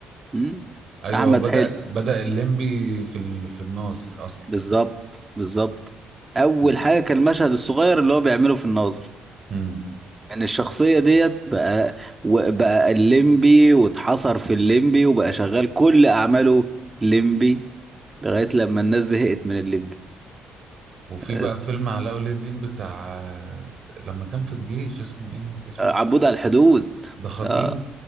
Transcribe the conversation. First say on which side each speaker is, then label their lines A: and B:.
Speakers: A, on the right (about 20°); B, on the right (about 55°).
A: مم.
B: ايوه
A: احمد
B: هو بدأ
A: حلمي
B: بدأ الليمبي في ال... في الناظر اصلا
A: بالظبط بالظبط اول
B: امم
A: حاجه كان المشهد الصغير اللي هو بيعمله في الناظر
B: امم
A: يعني الشخصيه ديت بقى و- بقى الليمبي واتحصر في الليمبي وبقى شغال كل اعماله ليمبي لغايه لما الناس زهقت من الليمبي
B: وفي
A: آه،
B: بقى فيلم علاء ولي الدين بتاع... بتاع لما كان في الجيش اسمه ايه اسمه
A: عبود على الحدود
B: ده خطير
A: اه